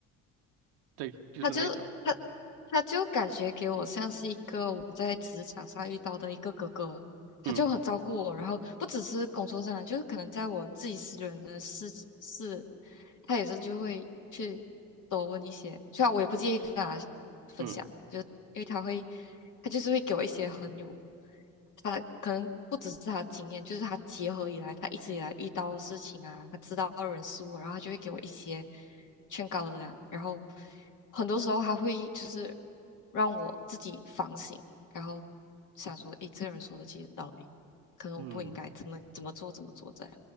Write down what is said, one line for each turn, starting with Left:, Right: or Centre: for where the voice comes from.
Right: 对，就是那一种，
Left: 他就他他就感觉给我像是一个我在职场上遇到的一个哥哥。他就很照顾我，
Right: 嗯
Left: 然后不只是工作上，就是可能在我自己私人的事事，他也是就会去多问一些。虽然我也不介意跟他分享，
Right: 嗯
Left: 就因为他会，他就是会给我一些很有，他可能不只是他的经验，就是他结合以来，他一直以来遇到的事情啊，他知道的人事物，然后他就会给我一些劝告的啦。然后很多时候他会就是让我自己反省。然后想说，诶，这个人说的其实有道理，可能我不应该怎么怎么做怎么做这样。
Right: 嗯，